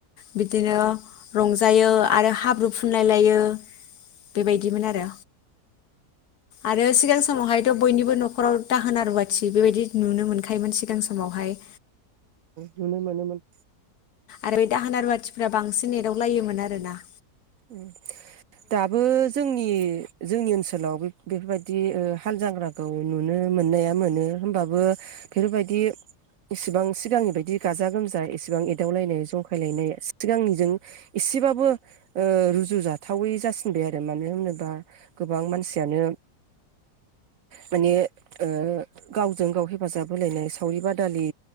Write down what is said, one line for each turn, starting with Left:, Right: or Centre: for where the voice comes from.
Left: बिदिनो रंजायो आरो हाब्रु फुनलाय लायो बेबायदिमोन आरो। आरो सिगां समावहायथ' बयनिबो न'खराव दाहोना रुवाथि बेबायदि नुनो मोनखायोमोन सिगां समावहाय
Right: नुनो मोनोमोन
Left: आरो बे दाहोना रुवाथिफ्रा बांसिन एदाव लायोमोन आरो ना
Right: उम दाबो जोंनि जोंनि ओनसोलावबो बेफोर बायदि ओ हालजांख्राखौ नुनो मोननाया मोनो होमबाबो बेफोरबायदि इसेबां सिगांनि बायदि गाजा गोमजा एसेबां एदावलायनाय जंखायलायनाय सिगांनिजों इसेबाबो ओ रुजुजाथावै जासिनबाय आरो मानो होनोबा गोबां मानसियानो माने ओ गावजों गाव हेफाजाब होलायनाय सावरि बादालि